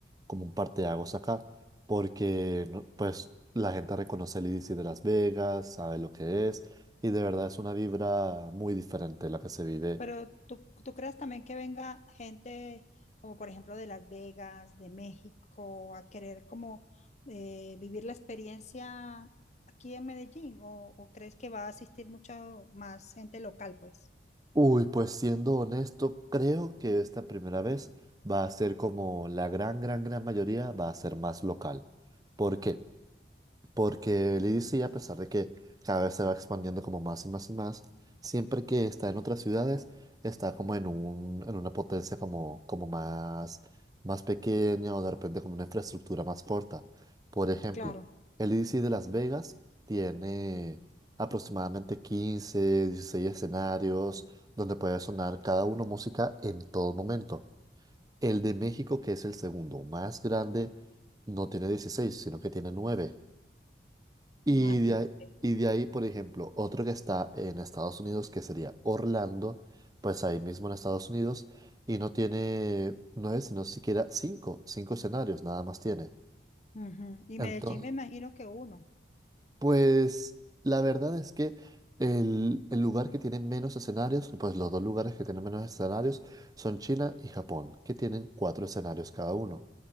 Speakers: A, on the right; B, on the left.
A: como un parteaguas acá, porque no- pues la gente reconoce el I D C de Las Vegas, sabe lo que es, y de verdad es una vibra muy diferente la que se vive
B: Pero tú, tú crees también que venga gente como por ejemplo de Las Vegas, de México, a querer como eh, vivir la experiencia aquí en Medellín o, o crees que va a asistir mucho más gente local, pues.
A: Uy, pues siendo honesto, creo que esta primera vez va a ser como la gran, gran, gran mayoría, va a ser más local. ¿Por qué? Porque el I D C, a pesar de que cada vez se va expandiendo como más y más y más, siempre que está en otras ciudades, está como en un, en una potencia como, como más, más pequeña o de repente con una infraestructura más corta. Por ejemplo,
B: Claro.
A: el I D C de Las Vegas tiene aproximadamente 15, 16 escenarios donde puede sonar cada uno música en todo momento. El de México, que es el segundo más grande, no tiene 16, sino que tiene 9. Y
B: Imagínate.
A: de ahí, y de ahí, por ejemplo, otro que está en Estados Unidos, que sería Orlando, pues ahí mismo en Estados Unidos, y no tiene nueve, sino siquiera cinco, cinco escenarios, nada más tiene.
B: Ujú. Y
A: Entonces,
B: Medellín me imagino que uno.
A: pues la verdad es que el, el lugar que tiene menos escenarios, pues los dos lugares que tienen menos escenarios son China y Japón, que tienen cuatro escenarios cada uno.